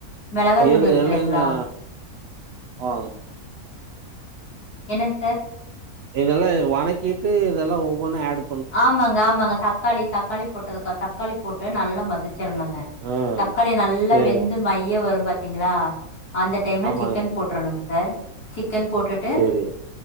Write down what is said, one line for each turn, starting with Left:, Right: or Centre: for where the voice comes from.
Left: மிளகாத்தூள்
Right: ஏது
Left: இருக்கு
Right: நல்லதுதா
Left: இல்லைங்களா
Right: ஆ
Left: என்னங் சார்
Right: இதெல்லா இதுல வணக்கிட்டு இதெல்லா ஒவ்வொண்ணு ஏடு
Left: ஆமாங்க ஆமாங்க தக்காளி தக்காளி போட்டதுக்க தக்காளி போட்டு நல்லா மசிச்சரணுங்க
Right: ஆ
Left: தக்காளி நல்லா
Right: சரிங்க.
Left: வெந்து மைய வரும் பாத்தீங்ளா அந்த டைம்ல
Right: ஆமாங்க.
Left: சிக்கன் போட்டுரணுங் சார் சிக்கன் போட்டுட்டு
Right: சரிங்க.